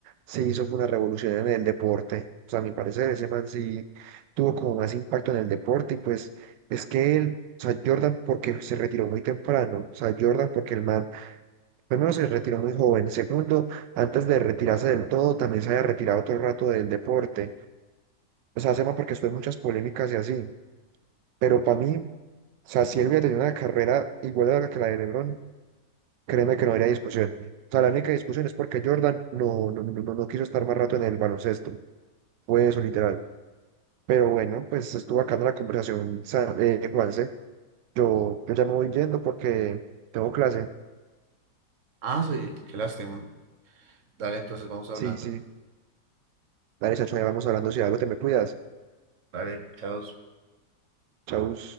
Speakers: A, on the right; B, on the right.
A: se hizo fue una revolución en el deporte. O sea, a mi parecer, ese man sí tuvo como más impacto en el deporte y pues es que él, o sea, Jordan porque se retiró muy temprano, o sea, Jordan porque el man, primero se retiró muy joven, segundo, antes de retirarse del todo, también se había retirado otro rato del deporte. O sea, ese man porque estuvo en muchas polémicas y así, pero para mí, o sea, si él hubiera tenido una carrera igual a la que la de LeBron, Créeme que no habría discusión. O sea, la única discusión es porque Jordan no, no, no, no- no quiso estar más rato en el baloncesto. Fue eso, literal. Pero bueno, pues estuvo acá en la conversación, Sa- eh, Juanse. Yo, yo ya me voy yendo porque tengo clase.
B: Ah, sí, qué lástima. Dale, entonces vamos hablando.
A: Sí, sí. Dale, chacho, ya vamos hablando. Si algo te me cuidas.
B: Dale, chao.
A: Chau.